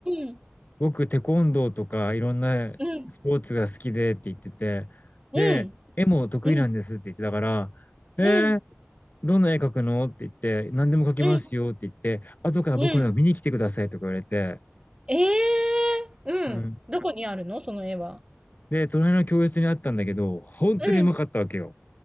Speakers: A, on the right; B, on the left.
A: ん、
B: 僕、テコンドーとかいろんなスポーツが好きでって言ってて、
A: うん、うん。
B: で、絵も得意なんですって言ってたから、
A: うん、
B: えー、
A: うん、
B: どんな絵描くのって言って、何でも描きますよって言って、
A: うん、
B: 後から僕の絵を見に来てくださいとか言われて、
A: うん。ええうん。
B: うん。
A: どこにあるのその絵は。
B: で、隣の教室にあったんだけど、本当にうまかったわけよ。
A: うん。